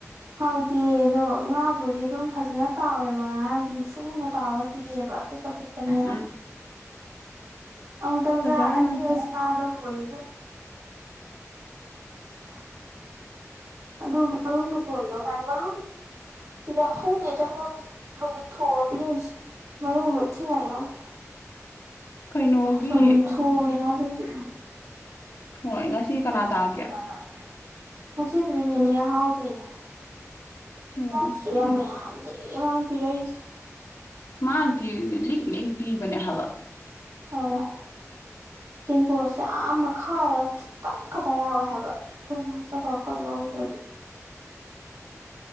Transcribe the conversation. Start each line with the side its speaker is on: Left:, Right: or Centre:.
Right: ꯍꯥꯎꯗꯦ ꯑꯗꯣ ꯉꯥꯕꯨꯗꯤ ꯑꯗꯨꯝ ꯐꯖꯅ ꯇꯥꯎꯋꯦꯕ ꯉꯔꯥꯡꯗꯤ ꯃꯨ ꯁꯨꯛ ꯃꯨꯟꯅ ꯇꯥꯎꯔꯒ ꯄꯤꯔꯛꯑꯦꯕ ꯑꯄꯤꯛ ꯑꯄꯤꯛꯄꯅꯦꯅ
Left: ꯎꯝ
Right: ꯑꯃꯨꯛꯇꯪ
Left: ꯐꯖꯔꯝꯃꯅꯤ
Right: ꯆꯥꯛ ꯑꯅꯤꯒ ꯆꯥꯕ ꯂꯣꯏꯔꯦ ꯑꯦꯅꯦꯝꯃꯥ꯫ <unintelligible> ꯑꯗꯨ ꯃꯔꯨꯝꯒ ꯄꯨꯔꯝꯗꯧ ꯃꯥꯜꯂ ꯃꯔꯨꯝꯁꯨ__ ꯌꯥꯍꯧꯗꯦ ꯊꯃꯣꯏ ꯍꯧꯖꯤꯛ ꯊꯣꯡꯉꯕꯤꯔꯛꯏꯁꯦ ꯃꯔꯒ ꯏ ꯊꯤꯉꯥꯏ ꯌꯥꯎꯗꯦ꯫
Left: ꯀꯩꯅꯣꯒꯤ
Right: ꯁꯣ ꯊꯣꯡꯉꯦ ꯍꯥꯏꯕꯒꯤ
Left: ꯍꯣꯏ ꯉꯁꯤ ꯀꯅꯥ
Right: ꯉꯁꯤ
Left: ꯇꯥꯒꯦ
Right: ꯀꯅꯥ ꯇꯥꯒꯦ ꯉꯥꯁꯤꯕꯨꯗꯤ ꯅꯤꯅꯦ ꯑꯍꯧꯕꯤꯅꯦ꯫
Left: ꯎꯝ
Right: ꯆꯁꯨ ꯌꯥꯝ
Left: ꯑꯁ
Right: ꯌꯥꯝꯗ ꯄꯤꯔꯏꯁ
Left: ꯃꯥꯅ ꯄꯤ ꯂꯛ ꯂ ꯄꯤꯕꯅꯦ ꯍꯥꯏꯕ
Right: ꯑꯥ ꯇꯦꯡꯒꯨꯁꯦꯥ ꯃꯈꯥ ꯈꯤꯇꯪ ꯈꯛꯇ ꯌꯥꯎꯋꯦ ꯍꯥꯏꯕ ꯑꯩꯈꯣꯏ ꯃꯥꯁꯨ ꯈ ꯈꯔ ꯂꯧꯗ꯭ꯔꯗꯤ